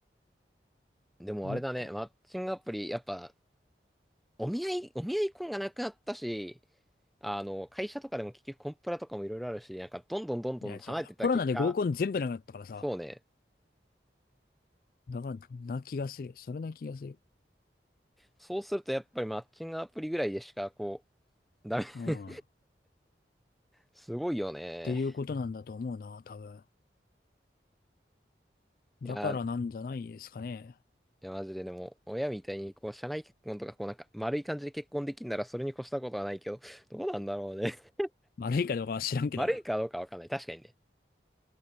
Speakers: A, in the centre; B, on the left (about 50°).
A: でもあれだね、
B: おこ
A: マッチングアプリ、やっぱ、お見合い、お見合い婚がなくなったし、あの、会社とかでも結局コンプラとかもいろいろあるし、なんかどんどんどんどん離れてった結果、
B: いや、ちょ、コロナで合コン全部なくなったからさ。
A: そうね。
B: だから、な気がする。それな気がする。
A: そうするとやっぱりマッチングアプリぐらいでしか、こう、ダメ。
B: うん。
A: <laughs>
B: っ
A: すごいよね。
B: ていうことなんだと思うな、多分。
A: いや、
B: だからなんじゃないですかね。
A: いやマジででも、親みたいに、こう、社内結婚とか、こう、なんか、丸い感じで結婚できんなら、それに越したことはないけど、どうなんだろうね。<laughs>
B: 悪いかどうかは知らんけどな。
A: 丸いかどうかわかんない。確かにね。い